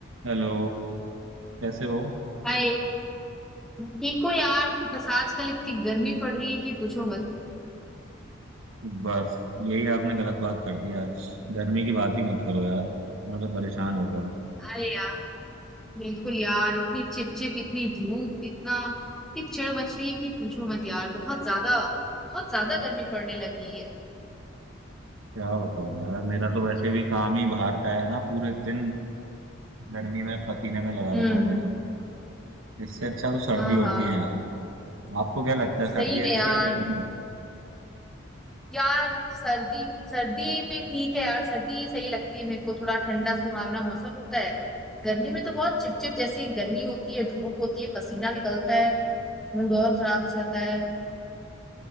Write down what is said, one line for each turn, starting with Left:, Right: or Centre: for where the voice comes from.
Right: Hello कैसे हो
Centre: हाय ठीक हो यार बस आजकल इतनी गर्मी पड़ रही है कि पूछो मत
Right: बस यही आपने गलत बात कर दी आज गर्मी की बात ही मत करो यार मैं तो परेशान हो गया हूँ
Centre: अरे यार बिल्कुल यार इतनी चिपचिप इतनी धूप इतना इतनी चिड़ मच रही है कि पूछो मत यार बहुत ज्यादा बहुत ज्यादा गर्मी पड़ने लगी है
Right: क्या बताऊँ यार मेरा तो वैसे भी काम ही बाहर का है ना पूरे दिन गर्मी में पसीने में लगा रहता
Centre: हम्म
Right: हूँ मैं तो इससे अच्छा तो सर्दी
Centre: हाँ
Right: होती
Centre: हाँ
Right: है यार आपको क्या लगता है
Centre: सही
Right: सर्दी
Centre: में
Right: अच्छी
Centre: यार
Right: है गर्मी
Centre: यार सर्दी सर्दी में ठीक है यार सर्दी सही लगती है मेरे को थोड़ा ठंडा सुहावना मौसम होता है गर्मी में तो बहुत चिपचिप जैसी गर्मी होती है धूप होती है पसीना निकलता है मूड और खराब हो जाता है